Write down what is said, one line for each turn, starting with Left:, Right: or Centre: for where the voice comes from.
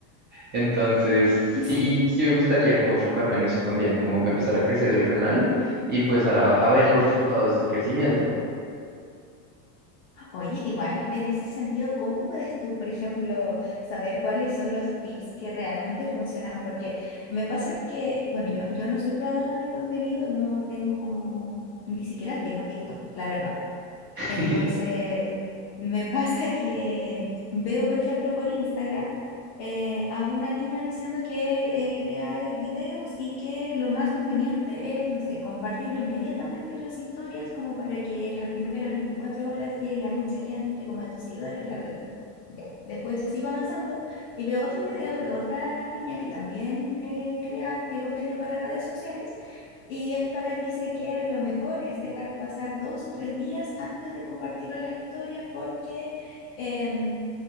Right: Entonces,
Left: Sí.
Right: sí, sí me gustaría como enfocarme en eso también, como empezar a crecer el canal y empezar a, a ver los resultados de ese crecimiento.
Left: Oye, igual en ese sentido, ¿cómo puedes tú, por ejemplo, saber cuáles son los tips que realmente funcionan? Porque me pasa que, bueno, yo, yo no soy creadora de contenido, no tengo como, ni siquiera tengo TikTok, la verdad.
Right: <laughs>
Left: Entonces, me <laughs> pasa que veo, por ejemplo, por Instagram eh, a una niña diciendo que eh, crea eh, videos y que lo más conveniente es, no sé, compartirlo inmediatamente en las historias como para que las primeras 24 horas llegue a mucha gente, como a tus seguidores, bla, bla, bla. Ya, después sigo avanzando y veo otro video de otra niña que también eh, crea eh, contenido para redes sociales y esta vez dice que lo mejor es dejar pasar dos o tres días antes de compartirlo en las historias porque em,